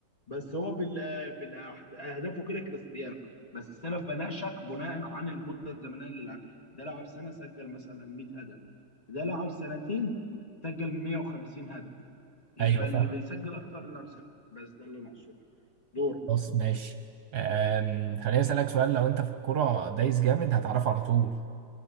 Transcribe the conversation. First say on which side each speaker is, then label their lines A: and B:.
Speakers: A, on the left; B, on the right.
A: بس هو بال بالاهدافه كده كريستيانو بس انا بناقشك بناء عن المده الزمنيه اللي لعب ده لعب سنه سجل مثلا 100 هدف ده لعب سنتين سجل 150 هدف يبقى
B: ايوه فاهم
A: اللي بيسجل اكتر اللي بيسجل بس ده اللي ناقصه دورك
B: خلاص ماشي أم، خليني أسألك سؤال لو أنت في الكرة دايس جامد هتعرفه على طول